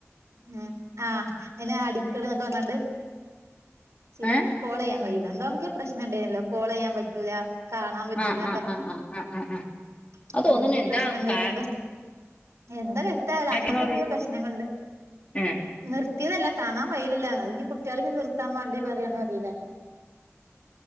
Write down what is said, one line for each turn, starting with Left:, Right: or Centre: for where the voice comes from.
Right: ഉം ആഹ അ അടിക്കട എന്നൊക്കെ പറഞ്ഞാണ്ട് ച്
Left: ഏഹ്
Right: കോളെയ്യാൻ കഴിയുല എന്തോന്നൊക്കെയോ പ്രശ്നം ഇണ്ടായിനല്ലോ കോള് ചെയ്യാൻ പറ്റൂല കാണാൻ പറ്റൂല
Left: ആഹ് ആഹ് ആഹ് ആഹ് ആഹ് ആഹ് ആഹ്
Right: <unintelligible>
Left: അത്
Right: എന്തോക്കെ
Left: തോന്നുന്നു എന്താ
Right: പ്രശ്നം ഉണ്ടായിട്ടുണ്ട്
Left: കാരണം
Right: എന്താ വെൽത്തായാല
Left: ഏഹ്
Right: അങ്ങനെ എന്തെങ്കിലും പ്രശ്നം കൊണ്ട്-
Left: ആഹ്
Right: നിർത്തിയതല്ല കാണാൻ വയ്യിണില്ല അത് ഇനി കുട്ടികള് നിർത്താൻ വേണ്ടി പറയാണോ അറിയില്ല